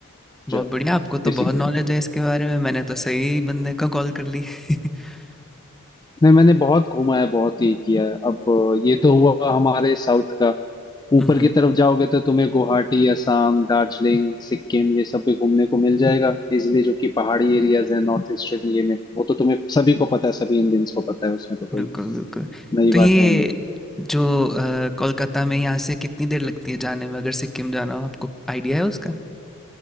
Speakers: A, in the centre; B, on the left (about 20°).
A: बहुत
B: जो
A: बढ़िया आपको तो
B: बेसिकली
A: बहुत नॉलेज है इसके बारे में मैंने तो सही बंदे को कॉल कर ली <laughs>
B: नहीं मैंने बहुत घूमा है बहुत ये किया है अब अ, ये तो हुआ हमारे साउथ का ऊपर
A: हम्म
B: की तरफ जाओगे तो तुम्हें गुवाहाटी असम दार्जिलिंग सिक्किम ये सब भी घूमने को मिल जाएगा इजिली जो कि पहाड़ी एरियाज है नॉर्थ ईस्टर्न ये में वो तो तुम्हें सभी को पता है सभी इंडियंस को पता है उसमें तो कोई
A: बिल्कुल बिल्कुल
B: नई
A: तो ये
B: बात है नहीं
A: जो अ, कोलकाता में यहाँ से कितनी देर लगती है जाने में अगर सिक्किम जाना हो आपको आइडिया है उसका